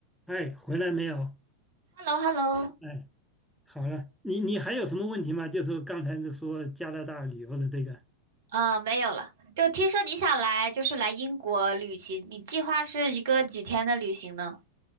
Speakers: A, in the centre; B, on the right.
A: 哎，回来没有？
B: h e l l o h e l l o
A: 哎，好了，你你还有什么问题吗？就是刚才就说加拿大旅游的这个，
B: 呃，没有了。就听说你想来，就是来英国旅行，你计划是一个几天的旅行呢？